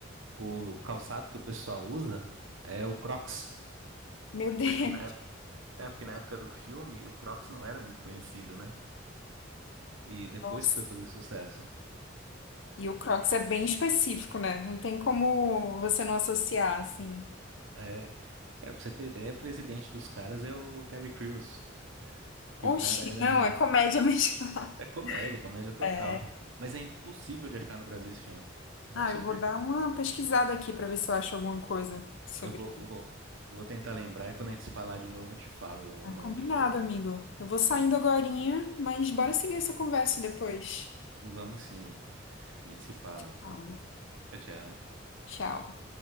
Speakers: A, on the right; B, on the left.
A: o calçado que o pessoal usa é o Crocs.
B: Meu Deus,
A: Porque na É porque na época do filme o Crocs não era muito conhecido, né? E depois
B: <laughs> nossa.
A: que foi fazer sucesso.
B: E o Crocs é bem específico, né? Não tem como você não associar, assim.
A: É, é pra você ter ideia, o presidente dos caras é o Terry Crews, que
B: Oxi,
A: o cara era.
B: não, é comédia mesmo. <laughs>
A: É comédia, comédia total.
B: É.
A: Mas é impossível de achar no Brasil esse filme. Não
B: Ah,
A: sei
B: eu vou
A: por
B: dar
A: quê.
B: uma pesquisada aqui pra ver se eu acho alguma coisa sobre.
A: Eu vou,
B: ele.
A: eu vou, eu vou tentar lembrar e quando a gente se falar de novo eu te falo
B: Ah,
A: o nome
B: combinado,
A: do filme.
B: amigo. Eu vou saindo agorinha, mas bora seguir essa conversa depois.
A: Vamos sim, a gente se fala.
B: Fala.
A: Tchau, tchau.
B: Tchau.